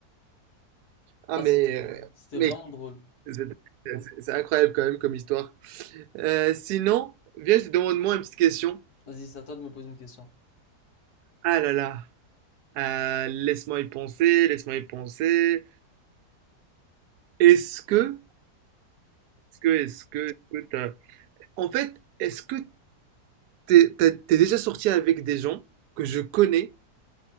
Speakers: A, on the right (about 75°); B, on the left (about 70°).
A: Ah,
B: Ah,
A: mais,
B: c'était,
A: euh,
B: c'était
A: mais
B: vraiment drôle.
A: c'est c'est- c'est incroyable quand même comme histoire. Euh, sinon, viens, je te demande moi une petite question.
B: Vas-y, c'est à toi de me poser une question.
A: Ah là là, Euh, laisse-moi y penser, laisse-moi y penser. Est-ce que, est-ce que, est-ce que, est-ce que t'as- En fait, est-ce que t'es, t'as- t'es déjà sorti avec des gens que je connais